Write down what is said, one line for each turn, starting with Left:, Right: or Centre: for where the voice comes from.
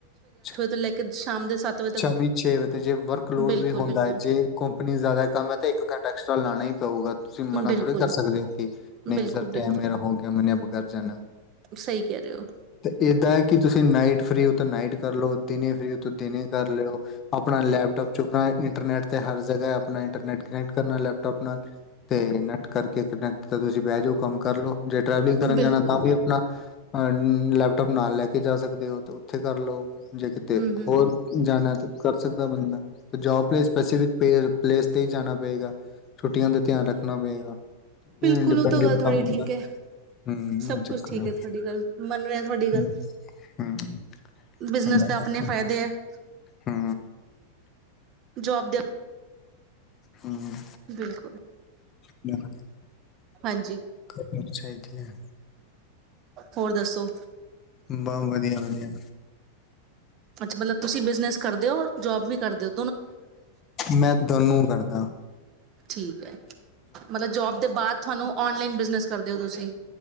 Left: ਛ-
Right: ਤੋਂ ਲੈ ਕੇ ਸ਼ਾਮ ਦੇ ਵਜੇ
Left: ਛਮੀ
Right: ਤੱਕ
Left: ਛੇ ਵੇ ਜੇ ਵਰਕਲੋਡ
Right: ਬਿਲਕੁਲ,
Left: ਵੀ ਹੁੰਦਾ
Right: ਬਿਲਕੁਲ।
Left: ਹੈ। ਜੇ ਕੰਪਨੀ ਜ਼ਿਆਦਾ ਕੰਮ ਹੈ ਤੇ ਇੱਕ ਘੰਟਾ ਐਕਸਟਰਾ ਲਾਣਾ ਈ ਪਊਗਾ। ਤੁਸੀਂ ਮਨਾ
Right: ਬਿਲਕੁਲ,
Left: ਥੋੜ੍ਹੇ ਕਰ ਸਕਦੇ ਓ ਕਿ ਨਹੀਂ
Right: ਬਿਲਕੁਲ,
Left: ਸਰ ਟੈਮ
Right: ਬਿਲਕੁਲ
Left: ਮੇਰਾ ਹੋ ਗਿਆ। ਮੈਨੇ ਅਬ ਹਨਾ
Right: ਸਹੀ ਕਹਿ ਰਹੇ ਹੋ।
Left: ਤੇ ਏਦਾਂ ਏ ਕਿ ਤੁਸੀਂ ਨਾਈਟ ਫਰੀ ਉ ਤੋਂ ਨਾਈਟ ਕਰ ਲਓ। ਦਿਨ ਫ੍ਰਰੀ ਤੋਂ ਦਿਨ ਕਰ ਲਓ। ਆਪਣਾ ਲੈਪਟੋਪ ਚੁੱਕਣਾ ਇੰਟਰਨੈਟ ਤੇ ਹਰ ਜਗ੍ਹਾ ਆਪਣਾ ਇੰਟਰਨੈਟ ਕਨੈਕਟ ਕਰਨਾ ਲੈਪਟੋਪ ਨਾਲ ਤੇ ਨੈੱਟ ਕਰਕੇ ਕਨੈਕਟ ਤਾਂ ਤੁਸੀਂ ਬਹਿ ਜਾਓ ਕੰਮ ਕਰ ਲਓ। ਕਰਨ
Right: ਬਿਲਕੁਲ,
Left: ਜਾਣਾ ਤਾਂ ਵੀ ਆਪਣਾ ਅ ਲੈਪਟੋਪ ਨਾਲ ਲੈ ਕੇ ਜਾ ਸਕਦੇ ਹਓ ਤਾਂ ਉੱਥੇ ਕਰ ਲਓ। ਜੇ ਕਿਤੇ
Right: ਹੁੰ, ਹੁੰ।
Left: ਹੋਰ ਜਾਣਾ ਤੇ ਕਰ ਸਕਦਾ ਬੰਦਾ ਤੇ, ਜੋਬ ਲਈ ਸਪੈਸੀਫਿਕ ਪੇਜ ਪਲੇਸ ਤੇ ਹੀ ਜਾਣਾ ਪਏਗਾ। ਛੁੱਟੀਆਂ ਤੇ ਧਿਆਨ ਰੱਖਣਾ ਪਏਗਾ। ਇਹ
Right: ਬਿਲਕੁਲ
Left: ਇੰਡੀਪੈਂਡੈਂਟ
Right: ਉਹ ਤੋਂ ਗੱਲ ਥੋੜ੍ਹੀ
Left: ਕੰਮ ਹੁੰਦਾ
Right: ਠੀਕ ਐ।
Left: ਹੂੰ
Right: ਸਭ
Left: ਇਹ ਚੱਕਰ
Right: ਕੁੱਛ ਠੀਕ
Left: ਹੈ
Right: ਐ ਤੁਹਾਡੀ ਗੱਲ ਮੰਨ ਰੇ ਆ ਤੁਹਾਡੀ ਗੱਲ
Left: ਹੂੰ ਹੂੰ
Right: ਬਿਜਨਸ
Left: ਬੰਦਾ
Right: ਦਾ ਆਪਣੇ ਫਾਇਦੇ ਐ <unintelligible>
Left: ਹੂੰ
Right: ਜੋਬ ਦੇ
Left: ਹੂੰ।
Right: ਬਿਲਕੁਲ,
Left: <unintelligible>
Right: ਹਾਂਜੀ।
Left: ਕਰਨੀ ਚਾਹੀਦੀ ਐ।
Right: ਹੋਰ ਦੱਸੋ।
Left: ਬ ਵਧੀਆ-ਵਧੀਆ।
Right: ਅੱਛਾ, ਮਤਲਬ ਤੁਸੀਂ ਬਿਜਨਸ ਕਰਦੇ ਓ? ਜੋਬ ਵੀ ਕਰਦੇ ਓ?
Left: ਮੈਂ ਦੋਨੋ ਕਰਦਾ।
Right: ਠੀਕ ਹੈ। ਮਤਲਬ, ਜੋਬ ਦੇ ਬਾਅਦ, ਤੁਹਾਨੂੰ ਓਨਲਾਈਨ ਬ ਬਿਜਨਸ ਕਰਦੇ ਹੋ ਤੁਸੀਂ?